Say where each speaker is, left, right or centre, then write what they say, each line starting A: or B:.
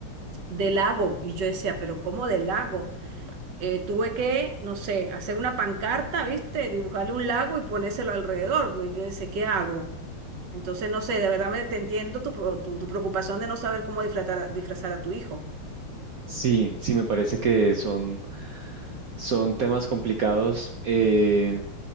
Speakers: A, on the right; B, on the right.
A: de lago, y yo decía, pero ¿cómo de lago? Eh, tuve que, no sé, hacer una pancarta, ¿viste? Dibujarle un lago y ponérselo alrededor, pues yo decía, ¿qué hago? Entonces, no sé, de verdad me, te entiendo tu, pro- tu, tu preocupación de no saber cómo disfrazar, disfrazar a tu hijo.
B: Sí, sí, me parece que son, son temas complicados. eh,